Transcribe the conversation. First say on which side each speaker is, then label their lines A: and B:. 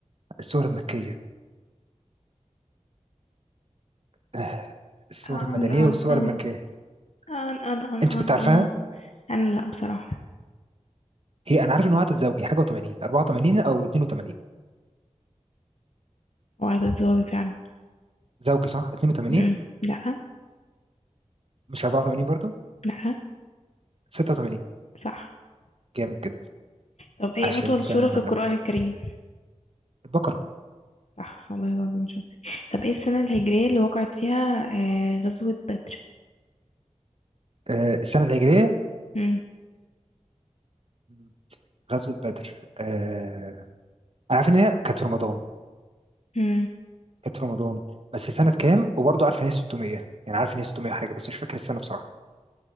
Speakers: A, on the right; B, on the left.
A: الصور المكية آه الصور
B: أن
A: المدنية
B: أن
A: والصور
B: أن
A: المكية
B: أن أن أن
A: انت
B: أن
A: كنت عارفاها
B: أن أنا لأ بصراحة
A: هي انا عارف ان هو عدد زوجي حاجة و80 84 او 82
B: هو عدد ظاهري فعلا
A: زوجي صح 82
B: مم. لأ
A: مش 84 برضه
B: لأ
A: 86
B: صح
A: جامد جدا
B: طب ايه
A: عشرة
B: أطول سورة في
A: من
B: القرآن الكريم
A: البقرة
B: صح والله العظيم شاطر طب ايه السنة الهجرية اللي وقعت فيها آه غزوة بدر
A: آه السنة الهجرية
B: مم.
A: مم. غزوة بدر آه أنا عارف إن هي كانت في رمضان
B: مم.
A: كانت في رمضان بس سنة كام وبرضه عارف إن هي 600 يعني عارف إن هي 600 حاجة بس مش فاكر السنة بصراحة